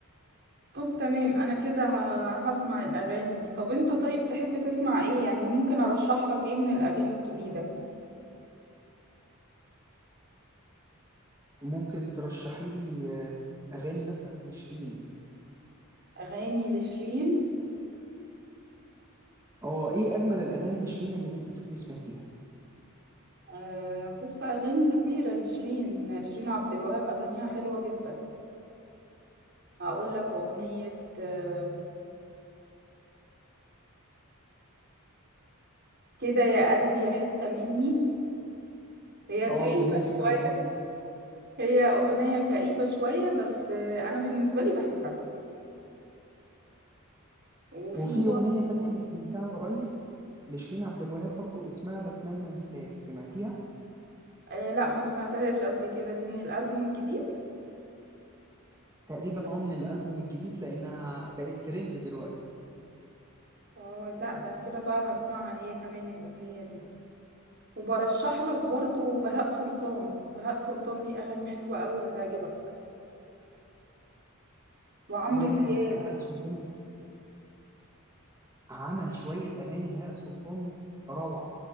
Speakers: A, on the right (about 50°); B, on the right (about 15°).
A: طب تمام أنا كده ه- هسمع الأغاني دي طب أنت طيب تحب تسمع ايه يعني ممكن أرشح لك ايه من الأغاني الجديدة
B: ممكن ترشحي لي آه، اغاني مثلا لشيرين
A: أغاني لشيرين
B: اه ايه اجمل الاغاني لشيرين اللي ممكن تكوني سمعتيها
A: أه بص أغاني كتيرة لشيرين شيرين عبد الوهاب أغانيها حلوة جدا هقول لك أغنية آه، كده يا قلبي يا حتة مني هي
B: اه
A: كئيبة
B: جميله جدا
A: شوية
B: الاغنيه دي
A: هي أغنية كئيبة شوية بس آه، أنا بالنسبة لي بحبها وفي
B: وفي اغنيه تانية انا سمعتها قريب لشيرين عبد الوهاب برضو اسمها بتمنى انساك سمعتيها
A: آه لا ما سمعتهاش قبل كده دي من الألبوم الجديد
B: تقريبا اه من الالبوم الجديد لانها بقت ترند دلوقتي
A: اه لا ده أنا كده بقى هسمعها هي كمان الأغنية دي وبرشح لك برضو بهاء سلطان بهاء سلطان ليه أغاني حلوة قوي هتعجبك وعمرو
B: ياه
A: دياب
B: بهاء سلطان عمل شويه اغاني بهاء سلطان روعه